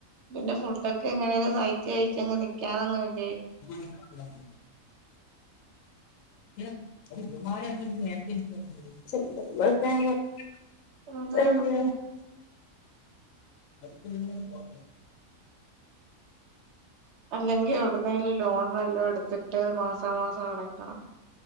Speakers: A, on the right (about 60°); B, on the left (about 75°).
A: പിന്നെ ഫുഡൊക്കെ എങ്ങനേലോ സഹായിച്ചേ <unintelligible> നിക്ക്യാതെ <unintelligible>
B: <inaudible> <unintelligible> <unintelligible>
A: അതാ
B: അയ്യോ <inaudible>
A: അല്ലെങ്കി ആ <unintelligible> ലോൺ വല്ലോം എട്ത്തിട്ട് മാസാമാസം അടക്കണം